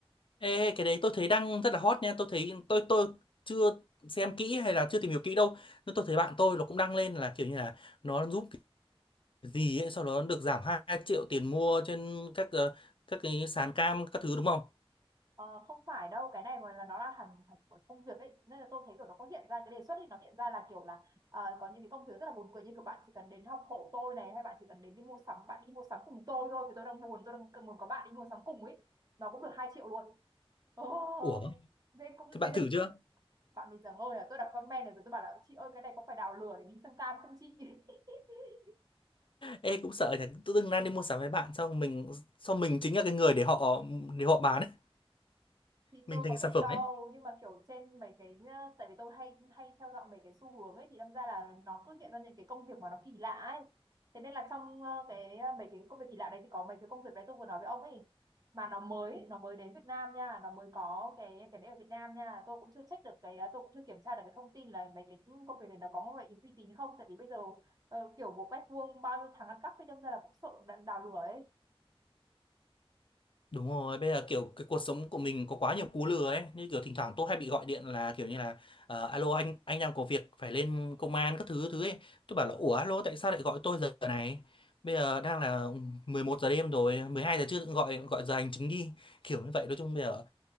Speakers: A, on the left; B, on the right.
A: Ê, cái đấy tôi thấy đang rất là hot nha tôi thấy tôi tôi chưa xem kỹ hay là chưa tìm hiểu kỹ đâu nhưng tôi thấy bạn tôi nó cũng đăng lên là kiểu như là nó giúp cái gì ấy sau đó nó được giảm 2 triệu tiền mua trên các ờ, các cái sàn cam các thứ đúng không
B: Ờ, không phải đâu cái này mà là nó là hẳn hẳn của công việc ấy nên là tôi thấy kiểu nó có hiện ra cái đề xuất ấy nó hiện ra là kiểu là ờ, có những cái công việc rất là buồn cười như kiểu bạn chỉ cần đến học hộ tôi này hay bạn chỉ cần đến đi mua sắm bạn đi mua sắm cùng tôi thôi vì tôi đang buồn tôi đang cần muốn có bạn đi mua sắm cùng ấy nó cũng được 2 triệu luôn Ồ,
A: Ủa
B: thế cũng
A: thế bạn
B: thế đấy
A: thử chưa
B: bạn mình giảng hơi là tôi đọc comment rồi rồi tôi bảo là chị ơi cái này có phải đào lừa để đi sang cam không chị <laughs>
A: Ê cũng sợ nhỉ tự dưng đang đi mua sắm với bạn xong mình xong mình chính là cái người để họ để họ bán ấy
B: thì
A: mình
B: tôi
A: thành
B: có biết
A: sản phẩm
B: đâu
A: ấy
B: nhưng mà kiểu trên mấy cái ờ, tại vì tôi hay hay theo dõi mấy cái xu hướng ấy thì đâm ra là nó cứ hiện ra những cái công việc mà nó kỳ lạ ấy thế nên là trong ờ, cái ờ, mấy cái công việc kỳ lạ đấy thì có mấy cái công việc đấy tôi vừa nói với ông ấy mà nó mới nó mới đến Việt Nam nha nó mới có cái cái đấy ở Việt Nam nha tôi cũng chưa check được cái ờ, tôi cũng chưa kiểm tra được cái thông tin là mấy cái công việc này nó có phải uy tín không tại vì bây giờ ờ, kiểu một mét vuông bao nhiêu thằng ăn cắp thì đâm ra là cũng sợ đào lửa ấy
A: Đúng rồi, bây giờ kiểu cái cuộc sống của mình có quá nhiều cú lừa ấy, như kiểu thỉnh thoảng tôi hay bị gọi điện là kiểu như là ờ, alo anh anh đang có việc phải lên công an các thứ thứ ấy. Tôi bảo là ủa alo tại sao lại gọi tôi giờ này? Bây giờ đang là 11 giờ đêm rồi, 12 giờ trưa tự gọi gọi giờ hành chính đi. Kiểu như vậy nói chung bây giờ